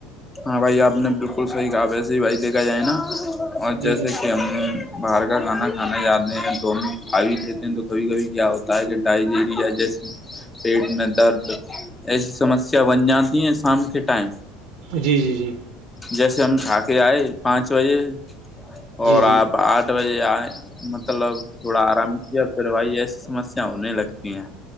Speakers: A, on the left; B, on the right.
A: ہاں بھائی آپ نے بالکل صحیح کہا ویسے ہی بھائی دیکھا جائے نا اور
B: جی
A: جیسے
B: جی
A: کہ ہم باہر کا کھانا کھانا جاتے ہیں تو ہم کھا بھی لیتے ہیں تو کبھی کبھی کیا ہوتا ہے کہ ڈائجیریا جیسی پیٹ میں درد ایسی سمسیا بن جاتی ہیں شام کے ٹائم
B: جی جی جی
A: جیسے ہم کھا کے آئے پانچ بجے اور
B: جی
A: آپ آٹھ بجے آئے مطلب تھوڑا آرام کیا پھر بھائی ایسی سمسیا ہونے لگتی ہیں